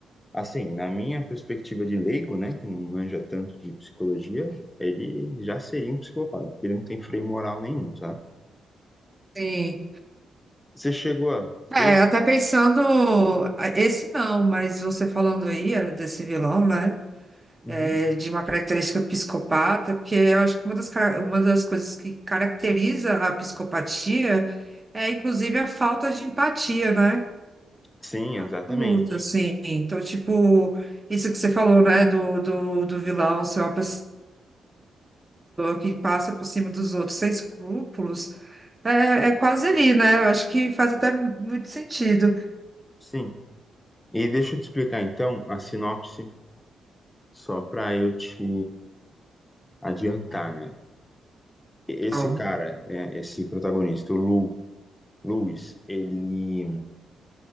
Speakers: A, on the left (about 15°); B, on the right (about 25°).
A: Assim, na minha perspectiva de leigo, né, que não manja tanto de psicologia, ele já seria um psicopata, porque ele não tem freio moral nenhum, sabe?
B: Sim.
A: Você chegou a
B: É,
A: ver esse?
B: até pensando, ah, esse não, mas você falando aí, era desse vilão, né?
A: Uhum.
B: é, de uma característica psicopata, porque eu acho que uma das, cara- uma das coisas que caracteriza a psicopatia é, inclusive, a falta de empatia, né?
A: Sim,
B: A
A: exatamente.
B: luta, assim. Então, tipo, isso que você falou, né, do, do, do vilão ser uma pessoa que passa por cima dos outros sem escrúpulos, é, é quase ali, né? Eu acho que faz até muito sentido.
A: Sim. E deixa eu te explicar então a sinopse, só para eu te adiantar, né? Esse
B: Calma.
A: cara, né, esse protagonista, o Lu, Luiz, ele,